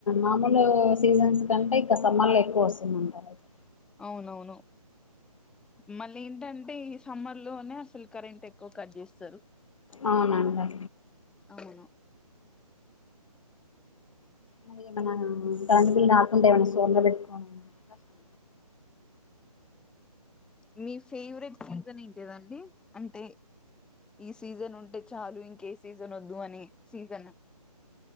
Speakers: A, on the left (about 55°); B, in the centre.
A: మామూలు సీజన్స్ కంటే ఇక సమ్మర్ లో ఎక్కువ వస్త సేమ్ అంటారు ఐతే
B: ఆవునవును మళ్లేంటంటే ఈ సమ్మర్ లోనే అసలు కరెంట్ ఎక్కువ కట్ చేస్తారు
A: అవునండి
B: అవును
A: మరి ఏమన కరెంటు బిల్లు రాకుండ డే ఏమైనా సోర్న పెట్టుకోవాల <unintelligible>
B: మీ ఫేవరెట్ సీజన్ ఏంటిదండి అంటే ఈ సీజన్ ఉంటే చాలు ఇంకే సీజన్ వద్దు అని సీజను